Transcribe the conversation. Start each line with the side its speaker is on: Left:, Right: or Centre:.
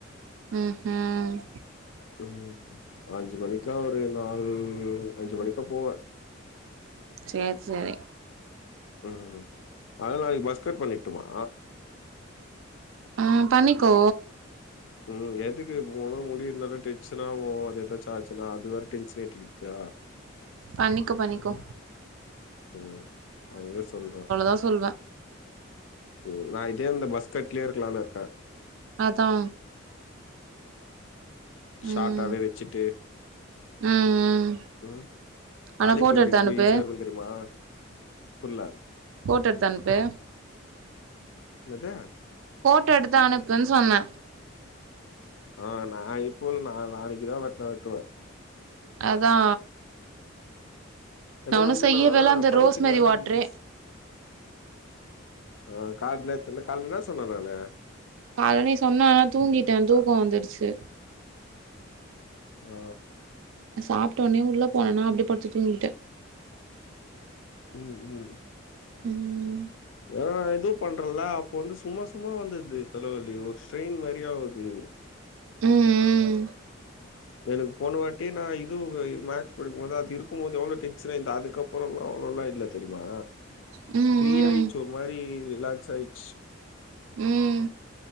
Right: ம் ஹும்
Left: ம் அஞ்சு மணிக்கா ஒரு நாலு அஞ்சு மணிக்கா போவே
Right: சேரி சேரி
Left: ம் அதா நாளைக்கி மஸ்கட் பண்ணிட்டுருமா
Right: அ பண்ணிக்கோ
Left: ம் எதுக்கு போனு முடி இருந்தாலு டென்ஷனா ஆவு அது எதாச்சு ஆச்சுனா அது வேற டென்ஷன் ஏத்திக்கிறதுகா
Right: பண்ணிக்கோ பண்ணிக்கோ
Left: ம் ம் அதுவே சொல்றோ
Right: அப்ப சொல்வே
Left: ம் நா இதே இந்த மஸ்கட்லயே இருக்கலான்னு இருக்கே
Right: அதா
Left: ஷார்டாவே
Right: ம்
Left: வச்சிட்டு
Right: ம் ம்
Left: ம் தலைக்கு
Right: ஆனா ஃபோட்டோ
Left: குளிக்கிறதுக்கு
Right: எடுத்து அனுப்பு
Left: ஈசியா இருக்குனு தெரியுமா ஃபுல்ல
Right: போட்டு எடுத்து அனுப்பு
Left: என்னது
Right: போட்டோ எடுத்து அனுப்புன்னு சொன்னே
Left: அ நா இப்ப இல்ல நா நாளைக்கி தா வெட்னா வெட்டுவே
Right: அதா
Left: ஏனா
Right: ஒன்னு
Left: வந்து
Right: செய்யவே
Left: நா
Right: இல்ல அந்த
Left: படிக்கிலா
Right: ரோஸ்மேரி
Left: அன்னைக்கி
Right: வாட்ரே
Left: ஈஸ் அ கால் நேத்து என்ன கால்ல என்ன சொன்னே நானு
Right: கால்ல நீ சொன்ன தூங்கிட்டே தூக்கோ
Left: அ.
Right: வந்துருச்சு
Left: ஓ
Right: சாப்டோனே உள்ள போனேனா அப்டியே படுத்து தூங்கிட்டே
Left: ம் ம்
Right: ம்ம்ம்
Left: அ எதுவு பண்றல அப்ப வந்து சும்மா சும்மா வந்தது தலவலி ஒரு ஸ்ட்ரெயின் மாரி ஆகுது
Right: ம்
Left: எனக்கு போன வாட்டி நா இது மேக்ஸ் படிக்கு போது அது இருக்கு போது எவ்ளோ டென்ஷனா இந்த அதுக்கப் அப்புறம்ல்லா அவ்வளோல்லா இல்ல தெரியுமா
Right: ம் ம்
Left: ஃப்ரீ ஆயிடுச்சு ஒரு மாரி ரிலாக்ஸ் ஆயிச்சு
Right: உம்